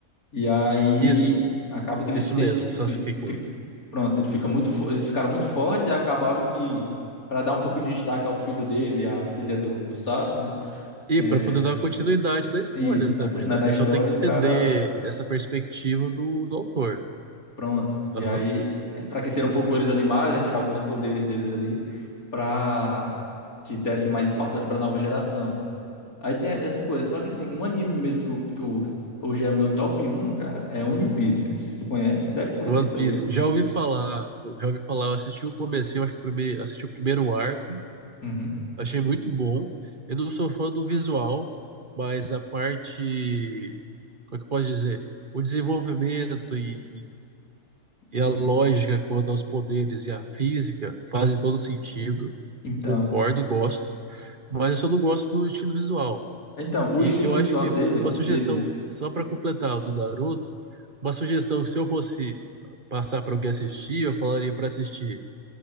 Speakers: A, on the left (about 85°); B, on the right (about 40°).
A: E aí
B: isso,
A: acaba que eles
B: isso
A: têm.
B: mesmo, o Sasuke-kun.
A: eles fica- pronto, ele fica muito, fo- eles ficaram muito fortes e acabaram que, para dar um pouco de destaque ao filho dele, à filha do, do Sasuke, né?
B: E
A: É,
B: para poder dar continuidade da história
A: isso,
B: também,
A: a continuidade
B: né? O
A: da
B: pessoal
A: história,
B: tem que
A: os
B: entender
A: caras.
B: essa perspectiva do, do autor.
A: Pronto. E
B: Aham.
A: aí é, enfraqueceram um pouco eles ali mais, né? Tirar alguns poderes deles ali, pra que desse mais espaço ali pra nova geração. Aí tem essa coisa. Só que assim, um anime mesmo que, eu- que eu- hoje é meu top um cara, é One Piece. Não sei se tu conhece, deve conhecer,
B: One
A: talvez.
B: Piece, já ouvi falar, já ouvi falar, eu assisti o comecinho, acho que o prime- assisti o primeiro arco,
A: Uhum.
B: Achei muito bom. Eu não sou fã do visual, mas a parte, como é que eu posso dizer? O desenvolvimento e, e, e
A: E-
B: a lógica quanto aos poderes e a física fazem todo sentido.
A: então,
B: Concordo, gosto. Mas eu só não gosto do estilo visual.
A: então, o
B: E
A: estilo
B: eu
A: visual
B: acho que
A: dele,
B: uma sugestão,
A: dele,
B: só para completar o do Naruto, uma sugestão que se eu fosse passar para alguém assistir, eu falaria para assistir